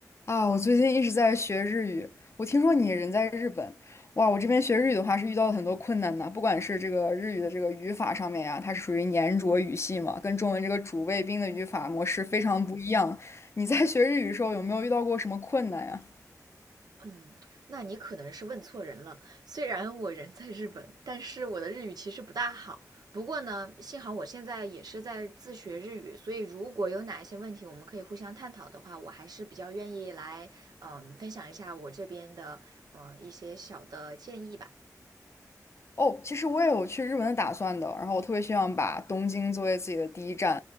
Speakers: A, on the left; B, on the right.
A: 啊，我最近一直在学日语。我听说你人在日本，哇，我这边学日语的话是遇到了很多困难的，不管是这个日语的这个语法上面呀，它是属于黏着语系嘛，跟中文这个主谓宾的语法模式非常不一样。你在学日语的时候有没有遇到过什么困难呀？
B: 嗯，那你可能是问错人了。虽然我人在日本，但是我的日语其实不大好。不过呢，幸好我现在也是在自学日语，所以如果有哪一些问题我们可以互相探讨的话，我还是比较愿意来，嗯、分享一下我这边的呃一些小的建议吧。
A: 哦，其实我也有去日本的打算的，然后我特别希望把东京作为自己的第一站，